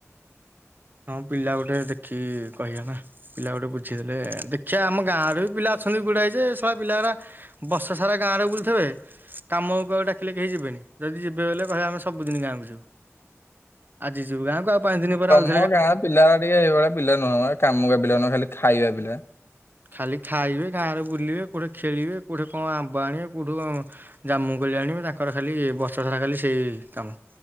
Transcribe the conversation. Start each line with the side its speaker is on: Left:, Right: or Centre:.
Right: ହଁ ପିଲା ଗୋଟେ ଦେଖିକି କହିବା ନା, ପିଲା ଗୋଟେ ବୁଝିଦେଲେ ଦେଖିବା ଆମ ଗାଁରେ ବି ପିଲା ଅଛନ୍ତି ଗୁଡ଼ାଏ ଯେ ଶଳା ପିଲାଗୁଡା ବର୍ଷ ସାରା ଗାଁରେ ବୁଲିୁଥିବେ କାମକୁ ଡାକିଲେ କେହି ଯିବେନି ଯଦି ଯିବେ ବଲେ କହିଲେ ଆମେ ସବୁଦିନ ଗାଁକୁ ଯିବୁ। ଆଜି ଯିବୁ ଗାଁକୁ ଆଉ ପାଞ୍ଚ ଦିନ ପରେ ଆଉ
Left: ଆମ ଗାଁରେ ପିଲା ଟିକେ ହେଇଭଳିଆ ପିଲା ନୁହେଁ ମ କାମ କା ପିଲା ନୁହଁ ଖାଲି ଖାଇବା ପିଲା।
Right: ଖାଲି ଖାଇବେ ଗାଁ ରେ ବୁଲିବେ କୋଉଠି ଖେଳିବେ କୋଉଠି କଣ ଆମ୍ବ ଆଣିବେ କୋଉଠି ଜାମୁ ଆଣିବେ ତାଙ୍କର ଖାଲି ବର୍ଷ ସାରା ଖାଲି ସେଇ କାମ।